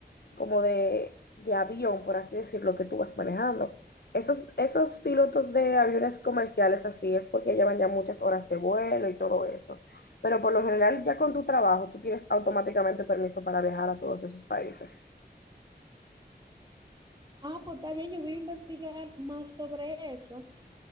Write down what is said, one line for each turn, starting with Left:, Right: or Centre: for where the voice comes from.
Left: como de, de avión, por así decirlo, que tú vas manejando. Esos, esos pilotos de aviones comerciales así es porque llevan ya muchas horas de vuelo y todo eso. Pero por lo general, ya con tu trabajo, tú tienes automáticamente permiso para viajar a todos esos países.
Right: Ah, pues está bien, yo voy a investigar más sobre eso